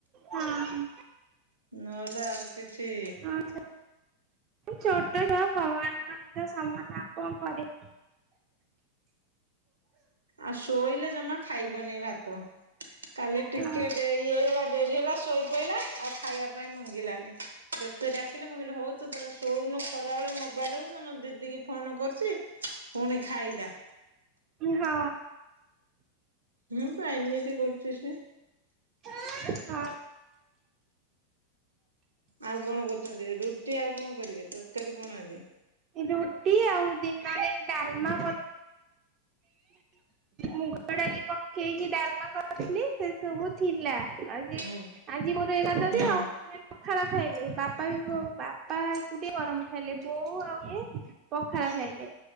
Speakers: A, on the right; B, on the right.
A: ହଁ।
B: ନହେଲେ ଆଉ କିଛିି
A: ହଁ ଛ ଛୋଟ ଛୁଆ ଭଗବାନଙ୍କ ସହିତ ସମାନ ଆଉ କଣ କରିବି।
B: ଆଉ ଶୋଇଲେ ଜମା ଖାଇବନି ଭାତ। କାଲି ଟିକେ
A: ହଁ।
B: ଡେରି ହେଇଗଲା ଡେରି ହେଲା ଶୋଇ ପଡିଲା ଆଉ ଖାଇବା ପାଇଁ ମଙ୍ଗିଲାନି। ଯେତେ ଡାକିଲି ମୁଁ କହିଲି ହଉ ତୁ ତୋର ଶୋଉନୁ ଖରାବେେଳେ ମୋବାଇଲ ଦେଖୁ ଟ୍ୟୁସନ ଦିଦି କି ଫୋନ କରୁଛି ପୁଣି ଖାଇଲା।
A: ହଁ
B: ହୁଁ ପା ଏମିତି କରୁଛି ସେ।
A: ହଁ
B: ଆଉ କଣ କରୁଛନ୍ତି ରୁଟି ଆଉ କଣ କରିବେ ତରକାରୀ କଣ ଆଜି?
A: ରୁଟି ଆଉ ଦିନରେ ଡାଲମା ମୁଗ ଡାଲି ପକେଇକି ଡାଲମା କରିଥିଲି ସେ ସବୁ ଥିଲା। ଆଜି
B: ହୁଁ
A: ଆଜି ମୋର ଏକାଦଶୀ
B: ହୁଁ
A: ଆଉ ପଖାଳ ଖାଇଲେ ବାପା ବି ବୋଉ ବାପା ଏକୁଟିଆ ଗରମ ଖାଇଲେ ବୋଉ ଆଉ ଇ ଏ ପଖାଳ ଖାଇଲେ